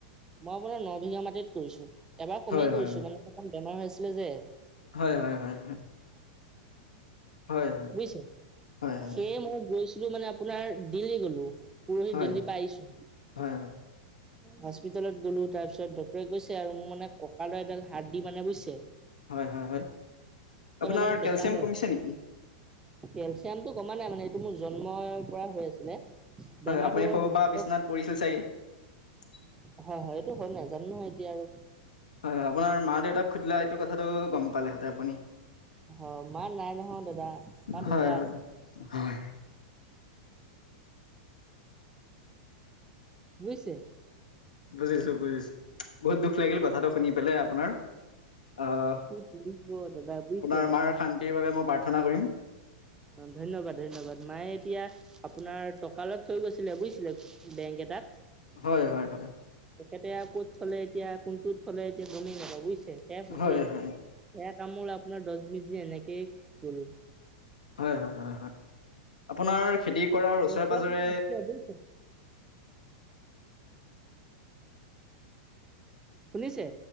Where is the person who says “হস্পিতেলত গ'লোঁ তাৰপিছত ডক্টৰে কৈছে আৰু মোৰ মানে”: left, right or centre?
Right